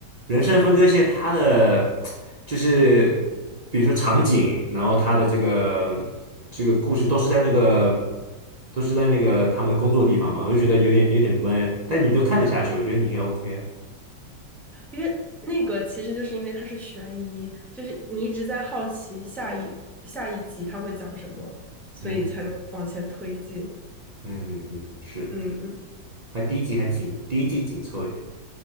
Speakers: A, on the right (about 70°); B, in the centre.
A: 人生分割线，它的就是比如说场景，然后它的这个这个故事都是在那个都是在那个他们的工作地方嘛，我就觉得有点有点闷，但你都看得下去，我觉得你应该 OK 啊。
B: 因为那个其实就是因为它是悬疑，就是你一直在好奇下一下一集它会讲什么，所以才能往前推进。
A: 嗯嗯嗯，是，
B: 嗯嗯，
A: 还第一集还紧，第一季紧凑一点。